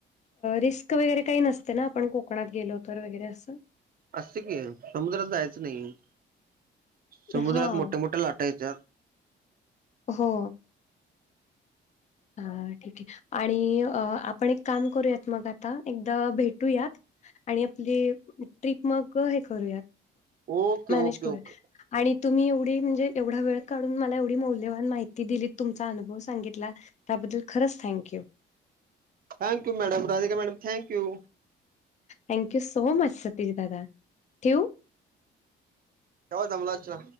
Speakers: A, on the left (about 35°); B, on the right (about 45°).
A: रिस्क वगैरे काही नसते ना आपण कोकणात गेलो तर वगैरे असं
B: असत की समुद्रात जायचं नाही समुद्रात
A: हां.
B: मोठ्या मोठ्या लाटा येत्यात
A: हो ह ठीक आहे आणि अ आपण एक काम करूयात मग आता एकदा भेटूयात आणि आपली ट्रीप मग हे करूया
B: ओके
A: मॅनेज
B: ओके
A: करूया
B: ओके
A: आणि तुम्ही एवढी म्हणजे एवढा वेळ काढून मला एवढी मौल्यवान माहिती दिली तुमचा अनुभव सांगितला त्याबद्दल खरंच thank you.
B: Thank you madam Radha madam thank you
A: thank you so much Satish दादा ठ्यू
B: याव धमलाजच्या